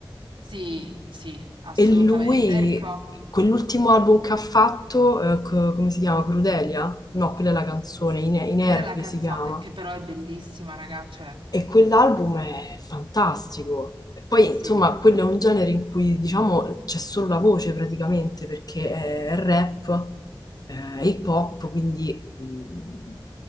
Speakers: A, on the right (about 85°); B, on the left (about 50°).
A: Sì, sì, assolutamente.
B: E lui,
A: Ecco,
B: quell'ultimo album che ha fatto, eh, co- come si chiama? Crudelia? No, quella è la canzone,
A: sì,
B: I, Ne- I Nervi
A: Quella è la canzone,
B: si chiama.
A: che però è bellissima, ragazze. cioè,
B: E quell'album è fantastico. E Poi,
A: Sì,
B: insomma, quello è un genere in cui, diciamo, c'è solo la voce praticamente, perché è rap, eh, hip hop, quindi mh,